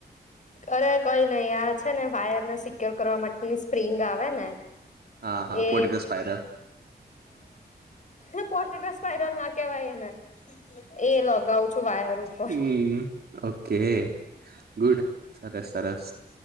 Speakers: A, on the left; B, on the right.
A: અરે કઈ નઈ આ છે ને વાયરને સિક્યોર કરવા માટેની સ્પ્રિંગ આવે ને
B: હા હા
A: એ
B: પોર્ટ સ્પાયરલ
A: હ પોટેટ સ્પરલ ના કેવાય એને એ લગાવું છું વાયર ઉપર.
B: હમ
A: <inaudible>
B: ઓકે ગુડ સરસ સરસ